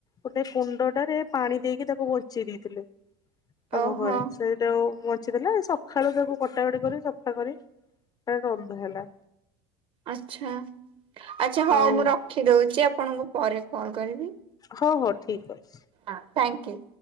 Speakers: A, on the left; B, on the right.
A: ଗୋଟେ କୁଣ୍ଡଟାରେ ପାଣି ଦେଇକି ତାକୁ ବଞ୍ଚେଇ ଦେଇଥିଲୁ, ଆମ
B: ଓହୋ
A: ଘରେ ସେ ଯୋଉ ବଞ୍ଚିଥିଲା, ସକାଳୁ ତାକୁ କଟାକଟି କରି ସଫା କରି ରନ୍ଧା ହେଲା।
B: ଆଚ୍ଛା ଆଚ୍ଛା ହଉ
A: ଆଉ
B: ମୁଁ ରଖିଦଉଛି, ଆପଣଙ୍କୁ ପରେ କଲ୍ କରିବି।
A: ହଉ ହଉ ଠିକ୍ ଅଛି।
B: ହଁ ଥ୍ୟାଙ୍କ୍ ୟୁ।